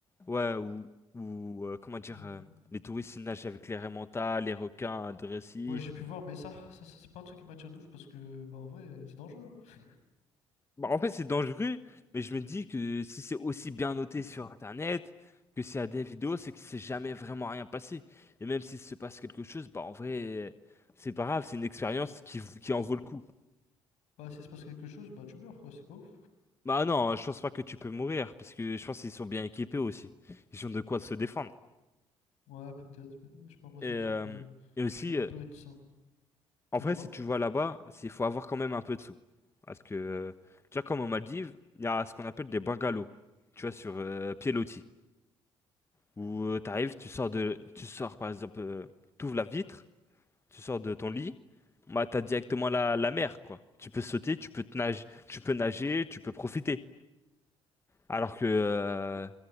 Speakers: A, on the left; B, on the left.
A: Ouais, ou, ou euh, comment dire,
B: Ou-
A: euh, les touristes ils nagent avec les raimentas, les requins de récif.
B: Ouais, j'ai pu voir, mais ça, ça, ça, c'est pas un truc qui m'attire de ouf parce que, bah, en vrai, c'est dangereux. Hein.
A: Bah, en fait, c'est dangereux, mais je me dis que si c'est aussi bien noté sur Internet, que s'il y a des vidéos, c'est que c'est jamais vraiment rien passé. Et même s'il se passe quelque chose, bah en vrai, c'est pas grave, c'est une expérience qui, qui en vaut le coup.
B: Bah, s'il se passe quelque chose, bah, tu meurs, quoi, c'est pas ouf.
A: Bah non, je pense pas que tu peux mourir, parce que je pense qu'ils sont bien équipés aussi. Ils ont de quoi se défendre.
B: Ouais, peut-être, mais, euh, je sais pas, moi,
A: Et,
B: c'est
A: euh,
B: un truc, euh,
A: et aussi,
B: je suis un
A: euh,
B: peu réticent.
A: en
B: Ah,
A: vrai,
B: Dis-moi?
A: si tu vas là-bas, il faut avoir quand même un peu de sous. Parce que, euh, tu vois, comme aux Maldives, il y a ce qu'on appelle des bungalows, tu vois, sur euh, pied loti. Où euh, t'arrives, tu sors de, tu sors par exemple, euh, t'ouvres la vitre, tu sors de ton lit, bah t'as directement la, la mer, quoi. Tu peux sauter, tu peux te nager, tu peux nager, tu peux profiter. Alors que euh,